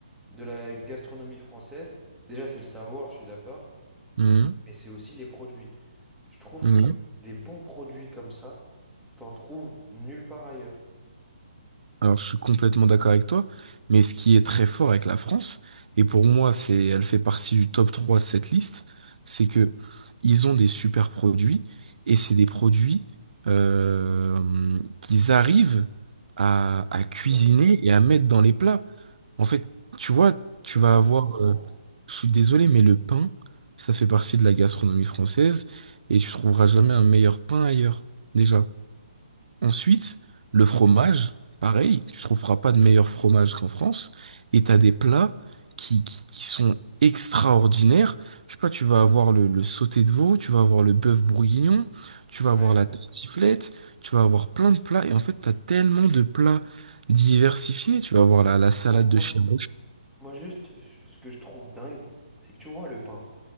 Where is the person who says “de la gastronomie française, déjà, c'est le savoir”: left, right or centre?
Centre